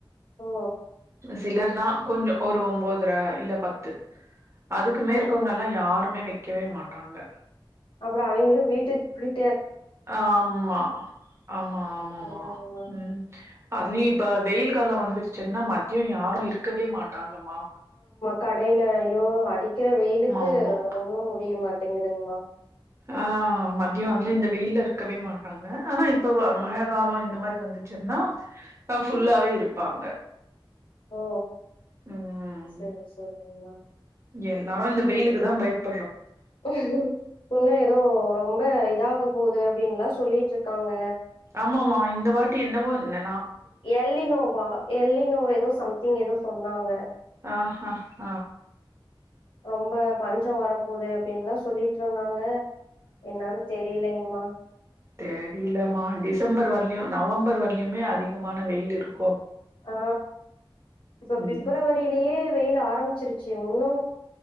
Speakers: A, on the left; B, on the right.
A: ஓ
B: சிலர் தான் கொஞ்சம் ஒரு ஒன்பதுர இல்ல பத்து அதுக்கு மேற்கொண்டெல்லாம்
A: ம் ம்
B: யாருமே வைக்கவே மாட்டாங்க
A: அப்புறம் அவங்களும் வீட்டுக்கு போய்
B: ஆமா ஆமா ஆமாமா
A: அதாங்கமா
B: உஹம் அது நீ இப்ப வெயில் காலம் வந்துருச்சு சென்னா மதியம் யாரும் இருக்கவே மாட்டாங்க இங்கம்மா
A: கடையிலயோ அடி அடிக்கிற வெயிலுக்கு
B: ஆமா
A: ஒண்ணும் முடிய மாட்டேங்குதுங்கமா
B: ஆஹ் மதியம் வந்து இந்த வெயில இருக்கவே மாட்டாங்க ஆனா இப்ப
A: ஓ
B: மழை காலம் இந்த மாதிரி வந்துட்டு ன்னாஹ் ஃபுல்லாவே இருப்பாங்க
A: ஓ
B: ம்
A: சேரி சேரி ஆமா
B: எல்லாரு இந்த வெயிலுக்கு தா பயப்
A: உ ஒன்ன ஏதோ ரொம்ப இதாக போகுது அப்டின்லா சொல்லிட்டு இருக்காங்க
B: ஆமாமா இந்த வாட்டி என்னவோ ந
A: எல்லி நோவா எல்லி நோவ் ஏதோ சம்திங் ஏதோ சொன்ன னாங்க
B: ஆ ஹ ஹ
A: ரொம்ப பஞ்சோ வரப்போது அப்டின்னுலா சொல்லிட்டு இருந்தாங்க என்னன்னு தெரியலங்ம்மா
B: தெரியல மாடிஸ் டிசம்பர் வரலையு நவம்பர் வர யிலயுமே அதிகமான வெயில் இருக்
A: ஆ இப்ப
B: ம்
A: ஃபிப்ரவரியிலயே வெயில் ஆரம்பிச்சிருச்சு இன்னு